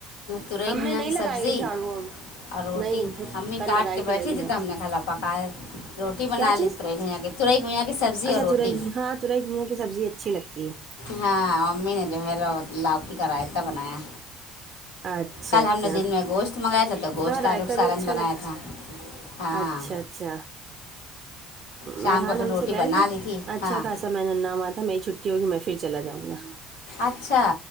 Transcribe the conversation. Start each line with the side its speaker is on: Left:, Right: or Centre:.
Left: تورئی
Right: ہم
Left: گیااں
Right: نے نہیں
Left: کی
Right: لگائی
Left: سبزی
Right: ہے جھاڑو
Left: اور روٹی
Right: نہیں سب
Left: امی
Right: کل
Left: کاٹ
Right: لگائی
Left: کے بیٹھی
Right: وہی
Left: تھی
Right: ہے
Left: تو ہم نے کھال پکائے روٹی بنا
Right: کیا چیز
Left: لی گ کے ت توئی گئییاں سبزی
Right: اچھا
Left: اور روٹی
Right: تورئی ہاں تورئی گھیہ کے سبزی اچھی لگتی ہے
Left: ہاں امی نے جو ہے لو لؤکی کا رائتا بنایا
Right: اچھا
Left: کل
Right: اچھا
Left: ہم نے دن میں گوشت منگایا تھا تو گوشت
Right: ہاں رائتا
Left: آلوق سالن
Right: بھی اچھا
Left: بنایا
Right: لگتا
Left: تھا ہاں
Right: اچھا اچھا
Left: شام
Right: ررحان
Left: کو پھر
Right: ہم
Left: روٹی
Right: سے کہہ
Left: بنا
Right: رہے تھے
Left: لی تھی
Right: اچھا
Left: ہاں
Right: خاص ب میں ن ہوا تھا میری چھٹی ہوگی میں پھر چلا جاؤں گا
Left: اچھا